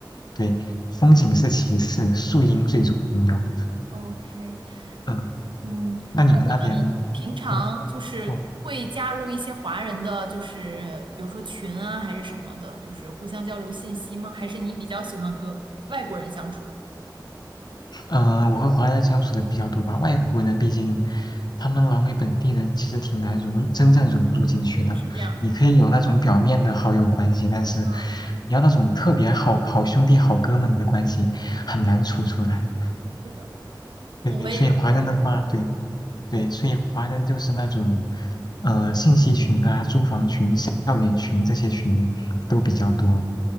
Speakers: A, on the left (about 60°); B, on the right (about 80°).
A: 对，风景是其次，树荫最重要。
B: ，OK，
A: 嗯，
B: 嗯，
A: 那你们那边呢？
B: 那你们平常就是会加入一些华人的，
A: 嗯。哦
B: 就是比如说群啊，还是什么的，就是互相交流信息吗？还是你比较喜欢和外国人相处？
A: 嗯、呃我和华人相处的比较多吧，外国人毕竟他们老美本地人，其实挺难融，真正融入进去的。
B: 对，是这样。
A: 你可以有那种表面的好友关系，但是
B: 嗯，
A: 你要那种特别好好兄弟、好哥们的关系，很难处出来。
B: 是的，
A: 对，
B: 我也有这种感觉。
A: 所以华人的话，对对，
B: 对，
A: 所以华人就是那种，呃，信息群啊、租房群、校园群这些群都比较多，
B: 嗯，